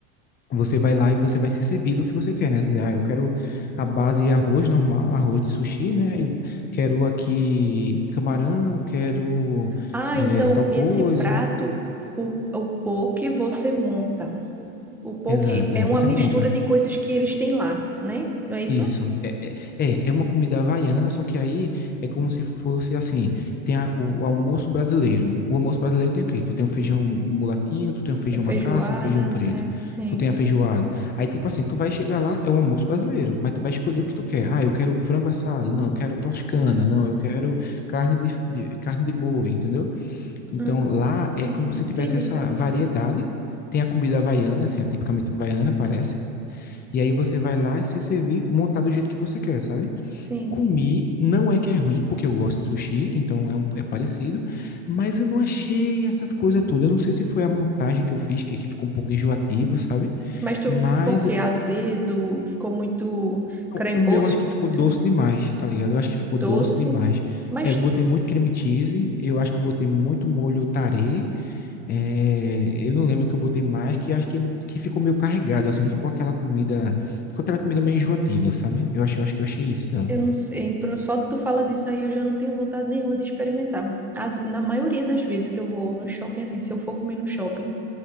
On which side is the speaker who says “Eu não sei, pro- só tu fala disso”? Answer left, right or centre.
Centre